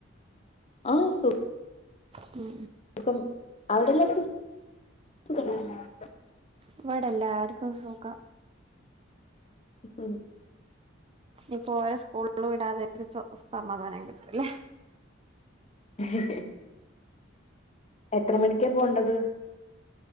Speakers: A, on the left; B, on the right.
A: ആഹ് സു
B: ഉം
A: സുഖം അവിടെല്ലാരക്കും സു <inaudible>
B: ഇവിടല്ലാർക്കും സുഖം
A: ഉം
B: ഇപ്പോ ഒരേ സ്കൂളിലും ഇടാതെ ഒരു സ സമാധാനം കിട്ടൂല്ലേ
A: <unintelligible> എത്ര മണിക്കാ പോണ്ടത്